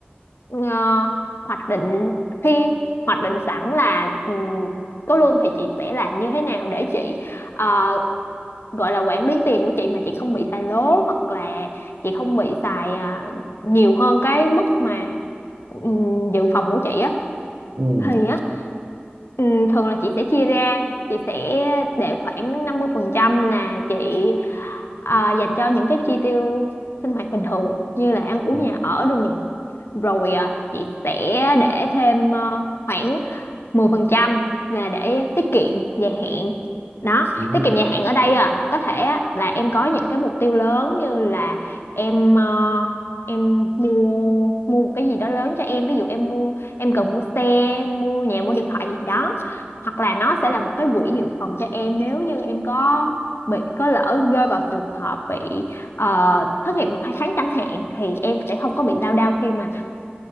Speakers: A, on the left (about 80°); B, on the right (about 80°).
A: ờ, hoạch định khi hoạch định sẵn là ừ, có lương thì chị sẽ làm như thế nào để chị ờ, gọi là quản lý tiền của chị mà chị không bị xài lố hoặc là chị không bị xài à, nhiều hơn cái mức mà ừ, dự phòng của chị á
B: Ừ.
A: thì á ừ, thường là chị sẽ chia ra chị sẽ để khoảng 50% là chị à, dành cho những cái chi tiêu sinh hoạt bình thường như là ăn uống
B: Ừ.
A: nhà ở đồ rồi à, chị sẽ để thêm ờ, khoảng 10% là để tiết kiệm dài hạn đó
B: Ừ.
A: tiết kiệm dài hạn ở đây à có thể á, là em có những cái mục tiêu lớn như là em ờ, em mua mua một cái gì đó lớn cho em ví dụ em mua em cần mua xe mua nhà mua điện thoại gì đó hoặc là nó sẽ là một cái quỹ dự phòng cho em nếu như em có bị có lỡ rơi vào trường hợp bị ờ, thất nghiệp một hai tháng chẳng hạn thì em sẽ không có bị lao đao khi mà